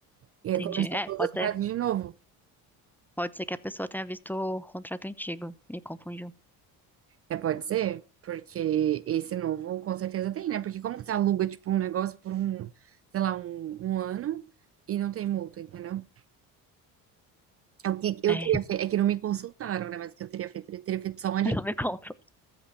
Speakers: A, on the right (about 40°); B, in the centre.
A: E aí
B: Entendi.
A: começou
B: É,
A: todos
B: pode
A: os
B: ser.
A: prazos de novo.
B: Pode ser que a pessoa tenha visto o contrato antigo e confundiu.
A: É, pode ser? Porque esse novo com certeza tem, né? Porque como que você aluga, tipo, um negócio por um, sei lá, um, um ano e não tem multa, entendeu? É o que eu
B: É,
A: teria feito. É que não me consultaram, né? Mas o que eu teria feito? Eu teria feito só
B: <laughs>
A: um aditivo.
B: não me conta.